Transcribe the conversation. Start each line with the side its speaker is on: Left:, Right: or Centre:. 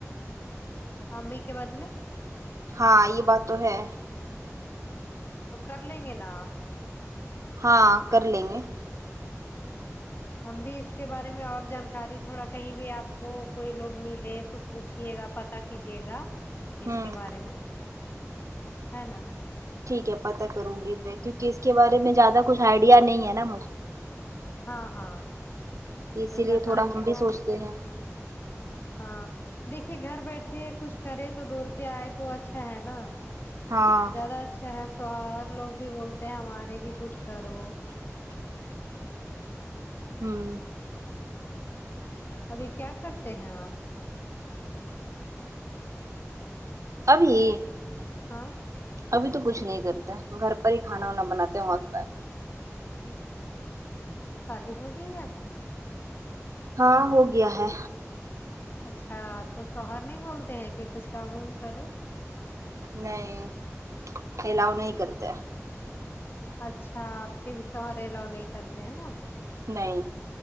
Left: امی کے بدلے
Right: ہاں یے بات تو ہے
Left: تو کر لیں گے نا آپ
Right: ہاں کر لیں گے
Left: ہم بھی اس کے بارے میں اور جانکاری تھوڑا کہیں بھی آپ کو کوئی لوگ ملے تو پوچھیے گا پتہ کیجیے گا اس
Right: ہوں
Left: کے بارے میں ہے نا
Right: ٹھیک ہے پتہ کروں گی میں کیونکی اس کے بارے میں زیادہ کچھ ایڈیا نہیں ہے نا مجھے
Left: ہاں ہاں
Right: اسی
Left: کوئی
Right: لیے
Left: بتاتے
Right: تھوڑا ہم بھی
Left: ہیں
Right: سوچتے ہیں
Left: ہاں دیکھیے گھر بیٹھے کچھ کرے تو دو روپیہ آئے تو اچھا ہے نا
Right: ہاں
Left: زیادہ اچھا ہے شوہر لوگ بھی بولتے ہیں ہمارے کی کچھ کرو
Right: ہوں
Left: ابھی کیا کرتے ہیں آپ
Right: ابھی
Left: ہاں
Right: ابھی تو کچھ نہیں کرتا ہے گھر پر ہی کھانا وانا بناتے وقت پر
Left: اچھا شادی ہو گئی ہے آپ کی
Right: ہاں ہو گیا ہے
Left: اچھا تو شوہر نہیں بولتے ہیں کی کچھ کام وم کرو
Right: نہیں ایلاو نہیں کرتے
Left: اچھا آپ کے بھی شوہر الاؤ نہیں کرتے ہیں نا
Right: نہیں